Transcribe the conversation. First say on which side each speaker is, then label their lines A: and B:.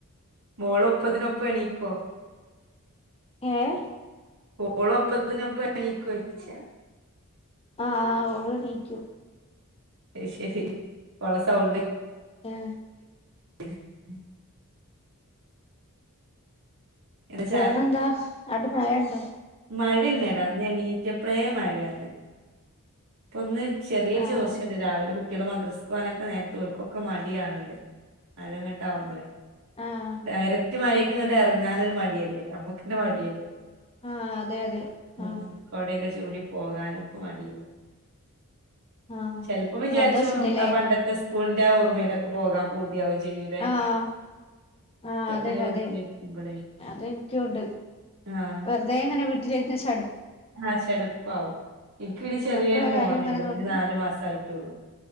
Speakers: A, on the right; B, on the left.
A: മോള് ഒപ്പതിനൊപ്പം എണീക്കോ?
B: ഏഹ്
A: ഓള് ഒപ്പത്തിനോപ്പ എണീക്കോച്ച?
B: ആഹ് ഓള്എനീകും.
A: അത്ശരി ഓളസൗണ്ട്
B: ആഹ്
A: <inaudible> എന്താ
B: വേറെന്താ അവിടെ മയ ഉണ്ടോ?
A: മഴ ണ്ടടാ എണീറ്റപയെ മഴയന്ന് ഇപ്പൊ ഒന്ന് ചെറിയരു
B: ആഹ്
A: ചോർച്ചുണ്ട് രാവിലെ കുട്ടികള് മദ്രസ്കവാനൊക്കെ നേരത്തെ ഓൾകോക്കെ മടിയാണുണ്ട് മഴങ്ങിട്ടാകുമ്പോളേ
B: ആഹ്
A: ഡയറക്റ്റ് മഴക് ഇറങ്ങാനൊരു മടിയല്ലേ നമക്കണ്ണെ മടിയല്ലേ-
B: ആഹ് അതെ അതെ
A: ഉം
B: ആഹ്
A: കൊടയൊക്കെ ചൂടി പോകാനൊക്കെ മടിയല്ലേ?
B: ആഹ്
A: ചിലപ്പോം വിചാരിച്ചു
B: മദ്രസ്ണ്ട്ല്ലേ
A: ആഹ് പണ്ടത്തെ സ്കൂളിന്റെ ആഹ് ഓർമ്മയിലൊക്കെ പോകാൻ പൂതിയാവും ചെയ്യുലെ?
B: ആഹ് ആഹ്
A: ഇപ്പ
B: അതെ
A: എങ്ങനെ വീട്ടിലിരിക്കുമ്പോളേ
B: അതെ അതെനിക്കുണ്ട്
A: ആഹ്
B: വെറുതെ ഇങ്ങനെ വീട്ടിൽ ഇരുന്ന് ചട
A: ആഹ് ചെലപ്പാവും എനിക്ക് പിന്നെ ചെറിയൊരു
B: മക്കളെ കാര്യം
A: മോനുണ്ട്
B: ഇങ്ങനെ
A: അവന്
B: നോക്കി
A: നാല് മാസായിട്ടുള്ളു-